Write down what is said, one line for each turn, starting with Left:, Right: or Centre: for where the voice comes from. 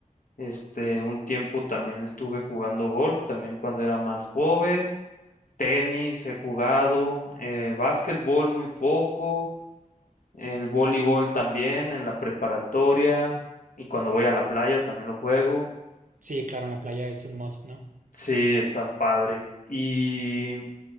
Left: Este, un tiempo también estuve jugando golf, también cuando era más joven. Tenis he jugado, eh, básquetbol muy poco, el voleibol también en la preparatoria y cuando voy a la playa también lo juego.
Right: Sí, claro, en la playa es un must, ¿no?
Left: Sí, está padre. Y